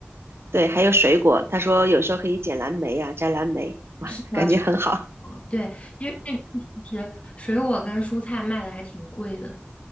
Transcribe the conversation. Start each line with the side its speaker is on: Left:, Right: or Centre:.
Right: 对，还有水果，他说有时候可以捡蓝莓啊，摘蓝莓，
Left: <laughs>
Right: 哇，
Left: 是的。
Right: 感觉很好，
Left: 了。对，因为这边其实水果跟蔬菜卖的还挺贵的。